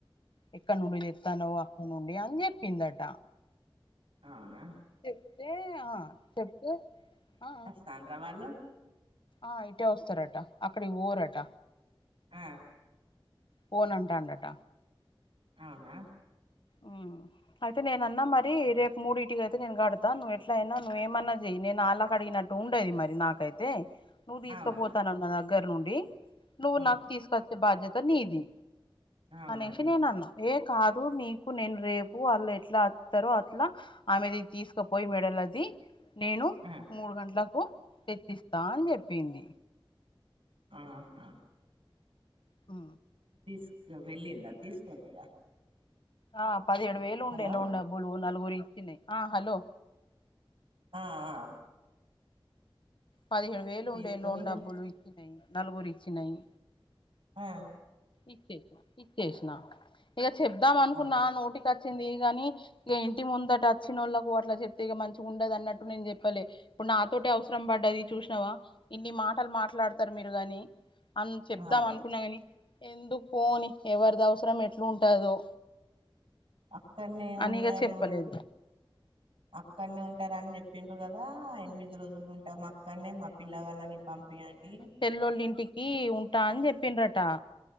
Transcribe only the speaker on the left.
ఎక్కడ నుండి తెస్తాను్ అక్కడ నుండి అని చెప్పిందట
చెప్తే ఆ చెప్తే ఆ
ఆ ఇటే వస్తారట అక్కడికి పోరట
పోనంటా అంటట
ఆ అయితే నేనన్నా మరి రేపు మూడి ఇటికి అయితే నేను కడతాను నువ్వు ఎట్లయినా నువ్వు ఏమన్నా చెయి నేను అలా కడిగినట్టు ట ఉండేది మరి నాకైతే నువ్వు తీసుకుపోతానన్న
దగ్గర నుండి నువ్వు
నాకు తీసుకొచ్చే బాధ్యత నీది
అనేసి నేనన్నా ఏ కాదు నీ ఇప్పుడు నేను రేపు ఆళ్లు ఎట్లా అత్తారో అట్లా ఆమెది తీసుకపోయి మెడలది నేను
మూడు గంటలకు తెచ్చిస్తా అని చెప్పింది.
మ్
ఆ పదిహేడు వేలు ఉండే
లోన్ డబ్బులు నలుగురు ఇచ్చినయి ఆ హలో
పదిహేడు వేలు
ఉండే లోన్
డబ్బులు ఇచ్చినయి నలుగురు ఇచ్చినయి
ఇచ్చేసిన ఇచ్చేసిన ఇక చెప్దాం అనుకున్నా
నోటికి అచ్చింది గాని ఇక ఇంటి ముందట అచ్చినోళ్ళకు అట్లా చెప్తే ఇక మంచిగ ఉండదు అన్నట్టు నేను చెప్పలే ఇప్పుడు నాతోటే అవసరం పడ్డది చూసినావా ఇన్ని మాటలు మాట్లాడతారు మీరు గాని, అని చెప్దాం
అనుకున్నా కాని, ఎందుకు పోని ఎవరిది అవసరం ఎట్ల ఉంటదో
అని
ఇగ చెప్పలేదు
పెళ్లోల్ ఇంటికి ఉంటా అని చెప్పిండ్రట